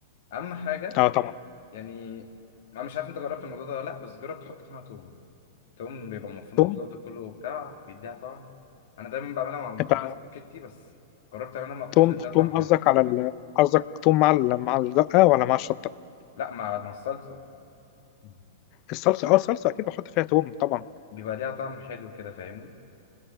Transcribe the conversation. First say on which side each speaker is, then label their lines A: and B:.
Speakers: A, on the left (about 70°); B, on the left (about 50°).
A: اهم حاجه
B: اه طبعا
A: يعني انا مش عارف انت جربت الموضوع ده ولا لا بس جرب تحط معاها توم توم بيبقى مفروم
B: توم
A: الجودة كله وبتاع بيديها طعم أنا دايما بعملها مع المكرونة
B: انت
A: سباكيتي بس جربت أعملها مع الكشري
B: توم
A: اديها طعم
B: توم
A: حلو
B: قصدك على ال... قصدك توم مع ال... مع الدقه ولا مع الشطه
A: لا مع مع الصلصة مم.
B: الصلصه اه الصلصه اكيد بحط فيها توم طبعا
A: بيبقى ليها طعم حلو كده فاهمني